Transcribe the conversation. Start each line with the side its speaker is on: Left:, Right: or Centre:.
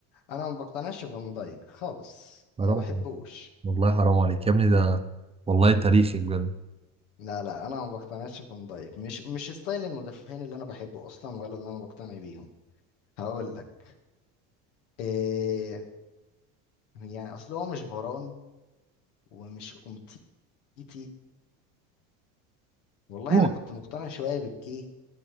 Left: انا ما بقتنعش بفان دايك خالص
Right: حرام
Left: ما بحبوش
Right: والله حرام عليك يا ابني ده والله تاريخي بجد
Left: لا لا انا ما بقتنعش بفان دايك مش مش ستايل المدافعين اللي انا بحبه اصلا ولا اللي انا بقتنع بيهم هقول لك إيه يعني اصل هو مش فران ومش امتيتي والله
Right: هو
Left: انا كنت مقتنع شويه ببكيه